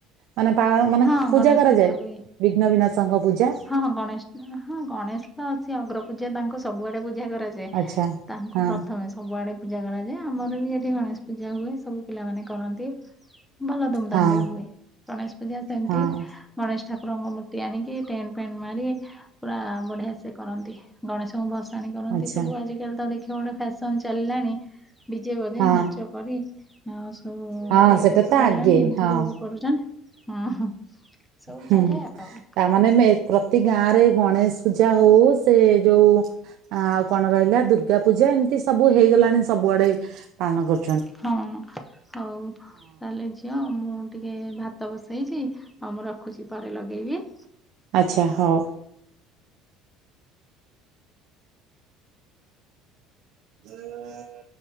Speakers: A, on the right; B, in the centre.
A: ମାନେ ପାଳ ମାନେ
B: ହଁ
A: ପୂଜା
B: ଗଣେଶ
A: କରାଯାଏ
B: ହୁଏ
A: ବିଘ୍ନବିନାଶଙ୍କ ପୂଜା।
B: ହଁ ହଁ ଗଣେଶ ହଁ ଗଣେଶ ତ ଅଛି ଅଗ୍ରପୂଜା ତାଙ୍କୁ ସବୁଆଡ଼େ ପୂଜା କରାଯାଉ- ଯେ
A: ଆଚ୍ଛା
B: ତାଙ୍କୁ
A: ହଁ
B: ପ୍ରଥମେ ସବୁଆଡେ ପୂଜା କରାଯାଏ ଆମର ବି ଏଠି ଗଣେଶ ପୂଜା ହୁଏ ସବୁ ପିଲା ମାନେ କରନ୍ତି। ଭଲ ଧୁମଧାମ
A: ହଁ
B: ରେ ହୁଏ ଗଣେଶ ପୂଜା ସେମିତି।
A: ହଁ
B: ଗଣେଶ ଠାକୁରଙ୍କ ମୂର୍ତ୍ତି ଆଣିକି ଟେଣ୍ଡ ପେଣ୍ଡ ମାରି ପୁରା ବଢିଆ ସେ କରନ୍ତି ଗଣେଶଙ୍କୁ ଭସାଣି କରନ୍ତି
A: ଆଚ୍ଛା।
B: ସବୁ ଆଜି ଖାଲି ତ ଦେଖିବ ଗୋଟେ ଫ୍ୟାସନ ଚାଲିଲାଣି ଡିଜେ ବଜେଇ
A: ହଁ
B: ନାଚ କରି ହଁ ସବୁ ଗୋଟେ
A: ହଁ ସେଟା ତ
B: ଚାଲାଣି
A: ଆଗେ
B: ଏମିତି
A: ହଁ
B: ସବୁ କରୁଛନ ହ ହ ସବୁ
A: ହୁଁ।
B: ଚାଲେ ଆଉ।
A: ତା ମାନେ ମେତ ପ୍ରତି ଗାଁ ରେ ଗଣେଶ ପୂଜା ହଉ ସେ ଯୋଉ ଆଉ କଣ କହିଲ ଦୁର୍ଗା ପୂଜା ଏମିତି ସବୁ ହେଇଗଲାଣି ସବୁଆଡେ ପାଳନ କରୁ
B: ହଁ ହଉ ହେଲେଯେ ଝିଅ ମୁଁ ଟିକେ ଭାତ ବସେଇଛି ଆଉ ମୁଁ ରଖୁଛି ପରେ ଲଗେଇବି।
A: ଆଚ୍ଛା ହଉ। ଜ <unintelligible>